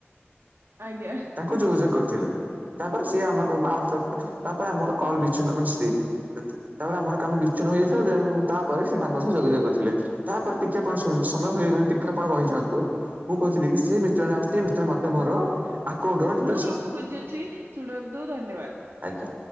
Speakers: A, on the right; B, on the right.
A: ଆଜ୍ଞା
B: ତାଙ୍କୁ ଯୋଗଯୋଗ କରିଥିଲେ। ତାପରେ ସିଏ ଆମକୁ ମା ସତ୍ <unintelligible> ତାପରେ ଆମର କଲ୍ ବିଚ୍ଛିନ୍ନ ମାନେ ସିଏ ତ୍ ତାପରେ ଆମର କାମ ବିଚ୍ଛିନ୍ନ ହୋଯାଇଥିଲା ଦେନ୍ ତାପରେ ସେତା ତାଙ୍କ ସହ ଯୋଗାଯୋଗ କରିଥିଲେ। ତାପରେ ଟିକେ ଆପଣ ଶୁ ସମୟ ହୋଇଗଲାଣି ଟିକେ ଆପଣ ରହିଯାନ୍ତୁ। ମୁଁ କହିଥିଲି କି ସିଏ ବି? ଚେଳା ବସ୍ତି ମିଷ୍ଟର୍ ମାତେ ମୋର ଆକାଉଣ୍ଟର ଡିଟେଲ୍ସ
A: ମୁଁ ରଖୁଛି ଅଛି ଶୁଣନ୍ତୁ ଧନ୍ୟବାଦ।
B: ଆଜ୍ଞା।